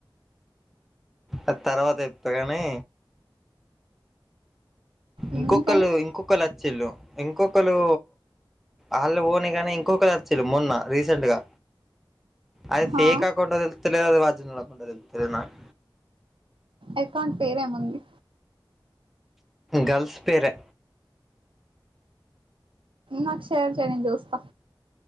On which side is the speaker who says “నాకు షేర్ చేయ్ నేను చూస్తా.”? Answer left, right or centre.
Right